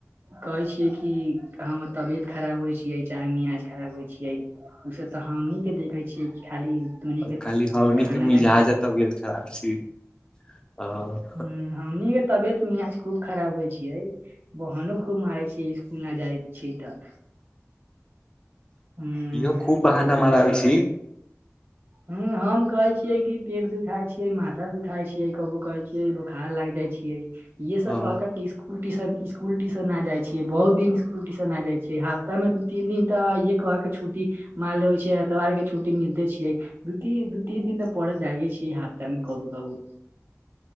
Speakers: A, on the right; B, on the left.
A: कहै छियै कि हम तबियत खराब होइ छियै चाहे मियाज खराब होइ छियै ओय से त हमनीके देखै छियै खाली तोहनीके
B: खाली हमनी
A: खाना न
B: <unintelligible> तबियत खराब छी अ
A: ह हमनीक के तबियत मियाज खूब खराब होइ छियै। बहानो खूब मारै छियै इसकुल न जाइ छियै त। हूँ
B: इहो खूब बहाना माराबइ छी।
A: हू हम कहै छियो कि पेट दुखाय छियै, माथा दुखाय छियै कबू कहै छियै बोखार लाग जाय छी यै। ये सब
B: अ,
A: कह के इ स्कुल टीशन, स्कुल टीशन न जाय छियै बहुत दिन स्कुलटीशन न जाय छियै हाफ तामे दू तीन दिन त ये कह केऽ छुट्टी मार लेबे छियै एतवारके छुट्टी मिलते छियै। द त दू तीन दिन त पढ़े जाइते छियै हफ्तामे कबू- कबू।